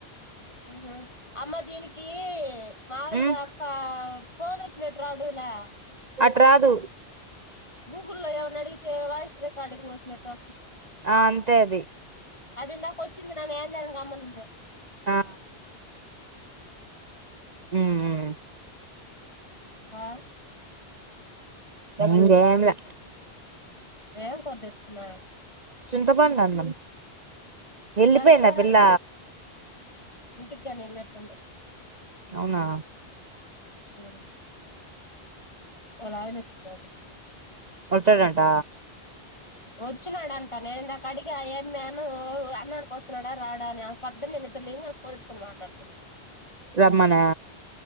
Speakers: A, on the left; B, on the right.
A: ఊహు అమ్మ దీనికి మాములుగా
B: ఉమ్
A: అక్క ఫోన్ వచ్చినట్ రావుడు లే
B: అట్ రాదు
A: గూగుల్ లో ఎవన్నా అడిగితే వాయిస్ రెకార్డింగ్ వచ్చినట్లు
B: ఆ అంతే అది
A: అది ఇందాకొచ్చింది నేను ఏంది అని గమ్మొనున్నా
B: ఆ ఉమ్ ఉమ్
A: ఆ
B: ఇంగేంలే
A: ఏం కూర దెచ్చుకున్నా?
B: చింతపడు అన్నం వెళ్ళిపోయిందా
A: దాని పోరాడు
B: పిల్ల
A: ఇంటిగ్గాని వెళ్లెట్టుంటే
B: అవునా
A: హ్మ్ వాళ్ల ఆయనొచ్చినాడు.
B: వచ్చాడంట
A: వచ్చున్నాడంటా నేనిందాక అడిగా ఏమ్మే అన్నం అన్నానికి వస్తున్నాడా రాడాని పద్ద్దని అసలు కనుక్కోలే ఎత్కోని మాట్లాడుతుంటి
B: రమ్మనా